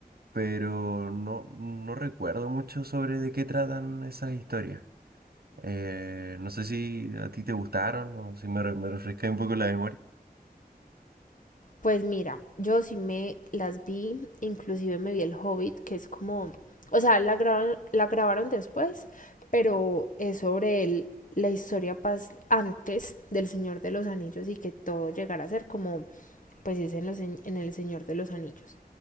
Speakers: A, on the right; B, on the left.
A: pero no, no recuerdo mucho sobre de qué tratan esas historias. Eh, no sé si a ti te gustaron o si me, re- me refresca un poco la memoria.
B: Pues mira, yo sí me las vi, inclusive me vi El Hobbit, que es como, o sea, la, grabaron, la grabaron después, pero es sobre el, la historia pas antes del Señor de los Anillos y que todo llegara a ser como, pues es en, los, en El Señor de los Anillos.